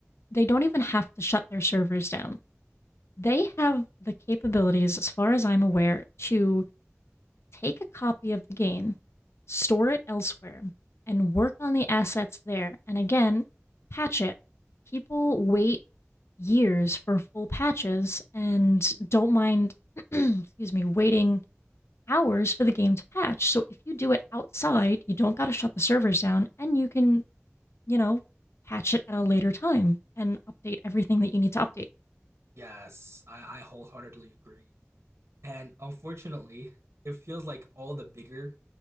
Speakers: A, on the left; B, on the right.
A: they don't even have to shut their servers down. They have the capabilities, as far as I'm aware, to take a copy of the game, store it elsewhere, and work on the assets there. And again, patch it. People wait years for full patches and don't mind, <clears throat> excuse me, waiting hours for the game to patch. So if you do it outside, you don't got to shut the servers down and you can you know, patch it at a later time and update everything that you need to update.
B: Yes, I, I wholeheartedly agree. And unfortunately, it feels like all the bigger